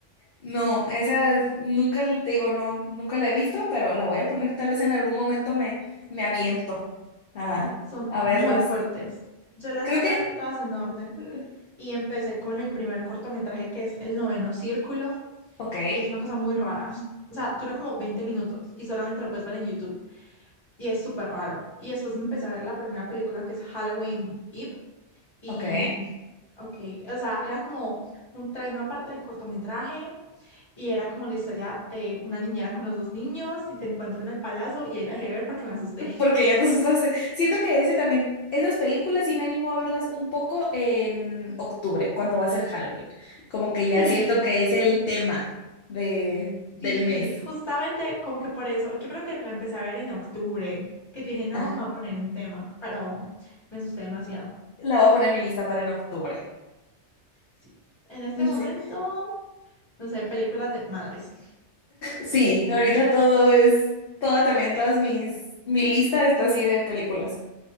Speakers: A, on the left; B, on the left.
A: No, esa es- nunca l- te digo, no, nunca la he visto, pero la voy a poner. Tal vez en algún momento me, me aviento a,
B: Son
A: a
B: muy
A: verlas.
B: fuertes. Yo las
A: Creo
B: iba
A: que.
B: a ver todas en orden.
A: eh,
B: Y empecé con el primer cortometraje que es El Noveno Círculo.
A: Ok,
B: Y es una cosa muy rara. O sea, dura como 20 minutos y solamente lo puedes ver en YouTube. Y es súper raro. Y después me empecé a ver la primera película que es Halloween Eve. Y,
A: ok.
B: ok, o sea, era como un tren aparte del cortometraje Y era como la historia de una niñera con los dos niños y se encuentran al payaso y ahí la dejé ver porque me asusté. <laughs>
A: Porque ya te asustaste. Siento que ese también, esas películas sí me animo a verlas un poco en octubre, cuando va a ser Halloween. Como que ya
B: Sí,
A: siento que es el tema de, del
B: sí, sí,
A: mes.
B: justamente como que por eso, yo creo que la empecé a ver en octubre, que yo dije, no,
A: Ah,
B: me voy a poner en tema, pero me asusté demasiado.
A: la voy a poner en mi lista para en octubre.
B: Sí. En este
A: Sí.
B: momento, no sé, películas de madres.
A: Sí, ahorita todo es, toda también, todas mis, mi lista está así de películas